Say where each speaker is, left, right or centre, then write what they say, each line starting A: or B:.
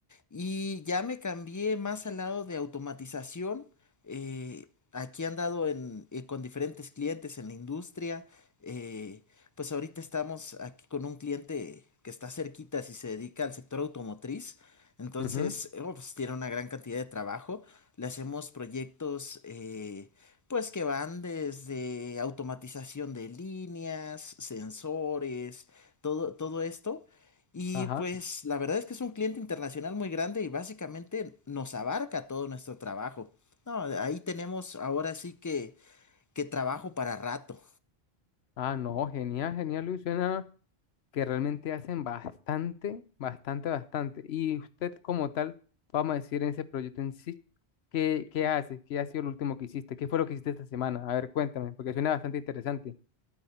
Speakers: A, on the left; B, on the left.
A: Y ya me cambié más al lado de automatización. eh, aquí he andado en, eh, con diferentes clientes en la industria. eh, pues ahorita estamos aquí con un cliente que está cerquita, si se dedica al sector automotriz. Entonces,
B: Ujú,
A: eh, oh, pues tiene una gran cantidad de trabajo. Le hacemos proyectos. eh, pues que van desde automatización de líneas, sensores, todo, todo esto. Y
B: Ajá.
A: pues la verdad es que es un cliente internacional muy grande y básicamente nos abarca todo nuestro trabajo. No, ahí tenemos ahora sí que, que trabajo para rato.
B: Ah, no, genial, genial, Luis. Suena que realmente hacen bastante, bastante, bastante. Y usted como tal, vamos a decir en ese proyecto en sí, ¿qué, qué hace? ¿Qué ha sido lo último que hiciste? ¿Qué fue lo que hiciste esta semana? A ver, cuéntame, porque suena bastante interesante.